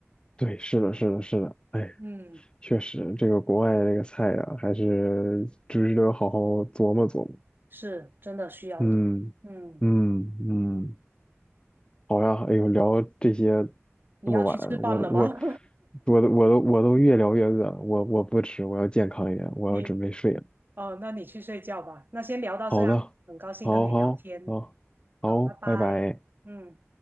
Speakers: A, on the left (about 20°); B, on the right (about 45°).
A: 对，是的，是的，是的，哎。
B: <laughs> 嗯，
A: 确实，这个国外的这个菜呀、还是值得好好琢磨琢磨。
B: 是真的需要的。
A: 嗯嗯嗯，
B: 嗯，
A: 好呀，哎呦，聊这些
B: 你要去吃饭了吗？
A: 这么晚，我我我都我都我都越聊越饿，我我不吃，我要健康一点，
B: <laughs>
A: 我要准备睡了。
B: 你哦，那你去睡觉吧。那先聊到这样，
A: 好的，
B: 很高兴跟你聊天。
A: 好好好好，
B: 好，拜拜。
A: 拜拜。
B: 嗯。